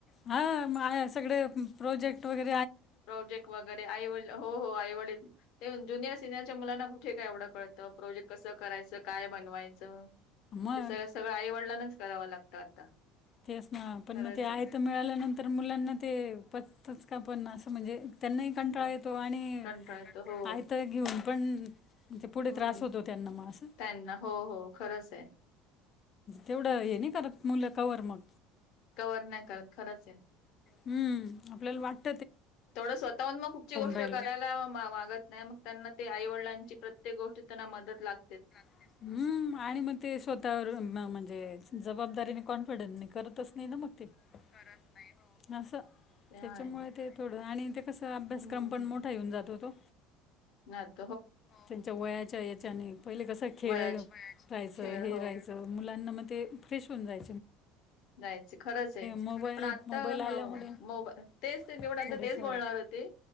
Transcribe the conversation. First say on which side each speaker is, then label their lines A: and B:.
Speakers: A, on the left; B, on the left.
A: हा म आया सगळे प्रोजेक्ट वगै
B: प्रोजेक्ट वगैरे आईवडील हो हो आईवडील ते ज्युनियर सिनियरच्या मुलांना कुठे काय एवढं कळतं, प्रोजेक्ट कसं करायचं काय बनवायचं?
A: मग
B: ते सगळं सगळं आईवडिलांनाच करावं लागतं आता.
A: तेच ना, पण
B: खरंच
A: मग ते आयत
B: आहे.
A: मिळाल्यानंतर मुलांना ते पचतच का पण असं म्हणजे त्यांनाही कंटाळा
B: हा.
A: येतो आणि
B: कंटाळत हो
A: आयत घेऊन पण म्हणजे पुढे
B: हम्म,
A: त्रास होतो त्यांना मग असं
B: त्यांना हो हो खरंच आहे.
A: तेवढं हे नाही करत मुलं कव्हर मग.
B: कव्हर नाही करत खरंच आहे.
A: हम्म, आपल्याला वाट
B: तेवढं स्वतःहून मग कुठची गोष्ट
A: राहिलो
B: करायला म मागत नाही मग त्यांना ते आई वडलांची प्रत्येक गोष्टी त्यांना मदत लाग
A: हम्म, आणि मग ते स्वतःवर म्हणजे अ जबाबदारीने कॉन्फिडन्सने कर तसं नाय ना मग ते, करत नाही हो हो, असं
B: ते आहे.
A: त्यांच्यामुळे ते थोडं आणि ते कसं अभ्यासक्रम
B: हम्म
A: पण मोठा येऊन जातो तो.
B: <inaudible>
A: त्यांच्या वयाच्या याच्याने पहिले कसं खेळं
B: वयाचे
A: राहायचं
B: खेळ
A: हे
B: हो
A: राहायचं मुलांना मग ते ते फ्रेश होऊन जाय
B: जायचं, खरंच आहे.
A: मोबाईल
B: पण आता,
A: मोबाईल आल्यामुळे
B: हो मोबा तेच ते मी
A: थोडंसं
B: पण आता तेच बोलणार होते.